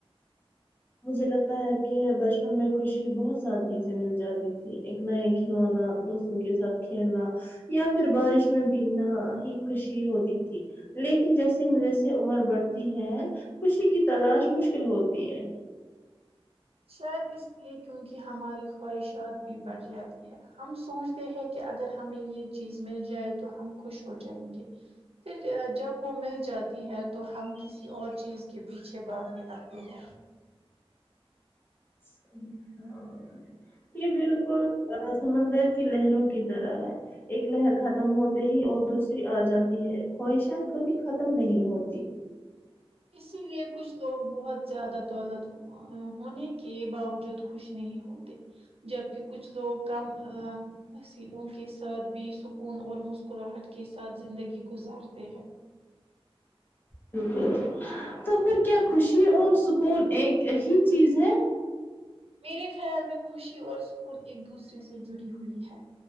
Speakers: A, on the left; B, on the right.
A: مجھے لگتا ہے کہ بچپن میں خوشی بہت سادگی سے مل جاتی تھی ایک نئے کھلونا دو کے ساتھ کھیلنا یا پھر بارش میں بگنا ہی خوشی ہوتی تھی لیکن جیسے ما جی سے عمر بڑھتی ہے خوشی کی تلاش مشکل ہوتی ہے
B: شاید اس لیے کیونکہ ہماری خواہشات بھی بڑھ جاتی ہم سوچتے ہیں کہ اگر ہمیں یہ چیز مل جائے تو ہم خوش ہو جائیں گے پھر جب وہ مل جاتی ہے تو ہم کسی اور چیز کے پیچھے باگنے لگتے ہیں
A: صحیح کہا آپ نے یہ بالکل سمندر کی لہروں کی طرح ہے ایک لہر ختم ہوتے ہی اور دوسری آ جاتی ہے خواہشات کبھی ختم نہیں ہوتی
B: اسی لیے کچھ لوگ بہت زیادہ دولت ہوں ہونے کے باوجود خوش نہیں ہوتے جبکے کچھ لوگ کم آ حسیلوں کے ساتھ بھی سکون اور مسکراہٹ کے ساتھ زندگی گزارتے ہیں
A: بالکل تو پھر کیا خوشی اور سکون ایک ہی چیز ہے
B: میرے خیال میں خوشی اور سکون ایک دوسرے سے جڑی ہوئی ہے